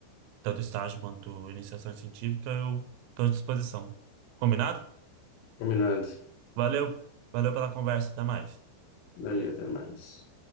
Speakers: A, on the right (about 85°); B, on the left (about 75°).
A: tanto estágio quanto iniciação científica, eu estou à disposição. Combinado?
B: Combinado.
A: Valeu, valeu pela conversa, até mais.
B: Valeu, até mais.